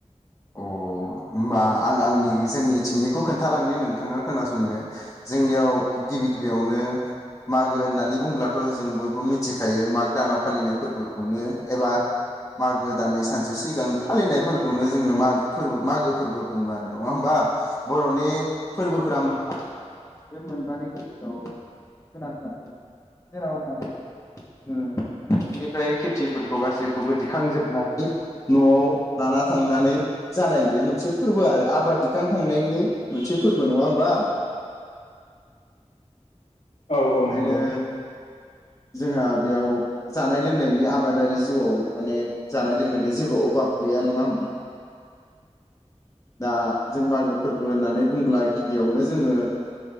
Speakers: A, on the left (about 25°); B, on the left (about 65°).
A: अ होमबा आं आंनि जोंनि थिंनिखौ खोन्थालांनो नोंथाङा खोनासंदो जोंनियाव गिबि गिबियावनो मागो होननानै बुंब्लाथ' जों बयबो मिथिखायो मागो दानाव फालिनाय फोरबोखौनो एबा मागो दाननि सानसे सिगां फालिनायफोरखौनो जोङो माग फोरबो मागो फोरबो बुङो आरो नङा होमबा। बर'नि फोरबोफोरा बे मोनबानि गेजेराव गोनांथार जेराव माने जोङो बेनिफ्राय खेथिफोरखौ गासैखौबो दिखांजोबनानै न'आव लाना थांनानै जानाय बे मोनसे फोरबो आरो आबाद दिखांखांनायनि मोनसे फोरबो नङा होमबा।
B: औ
A: ओंखायनो
B: औ नंगौ
A: जोंहा बेयाव जानाय लोंनायनि आबादारि जिउआव माने जानाय लोंनायनि जेबो अभाब गैया नङा होमबा? । दा जों मागो फोरबो होननानै बुंब्ला गिबियावनो जोङो